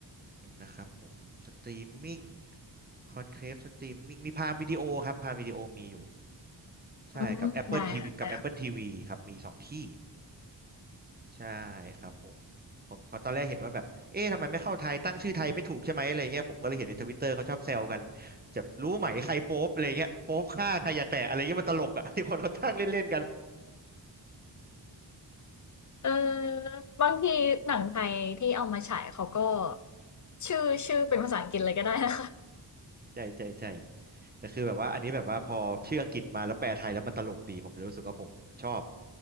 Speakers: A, on the right; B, on the left.
A: นึงนะครับผมสตรีมมิ่งคอนเคลฟสตรีมมิ่งมีพามวิดีโอครับพามวิดีโอมีอยู่ ใช่กับ
B: อืมได้ค่ะได้ค่ะ
A: Apple TV กับ Apple ทีวีครับมีสองที่ใช่ครับผมผมเพอตอนแรกเห็นว่าแบบเอ๊ะทำไมไม่เข้าไทยตั้งชื่อไทยไม่ถูกใช่ไหมอะไรเงี้ยผมก็เลยเห็นในทวิตเตอร์เขาชอบแซวกันจะรู้ไหมใครโป๊ปอะไรเงี้ยโป๊ปฆ่าใครอย่าแตะอะไรเงี้ยมันตลกอ่ะ <laughs> ที่คนเขาตั้งเล่นๆกัน
B: เออบางทีหนังไทยที่เอามาฉายเขาก็ชื่อชื่อเป็นภาษาอังกฤษเลยก็ได้นะคะ
A: ใช่ใช่ใช่แต่คือแบบว่าอันนี้แบบว่าพอชื่ออังกฤษมาแล้วแปลไทยแล้วมันตลกดีผมเลยรู้สึกว่าผมชอบ